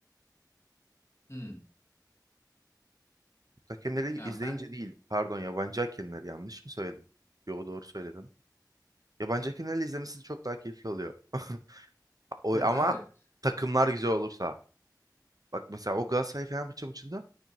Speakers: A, on the left; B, on the right.
A: Hmm.
B: Türk hakemleri
A: Ya
B: izleyince
A: ben
B: değil pardon yabancı hakemleri yanlış mı söyledim? Yo doğru söyledim. Yabancı hakemlerle izlemesi çok daha keyifli oluyor. <laughs> O,
A: Hı,
B: ama
A: evet.
B: takımlar güzel olursa. Bak mesela o Galatasaray Fenerbahçe maçında